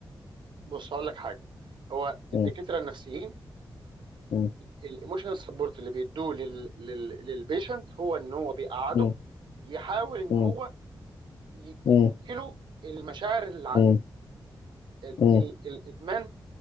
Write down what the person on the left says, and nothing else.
مم،
مم،
مم،
مم،
مم،
مم،
مم،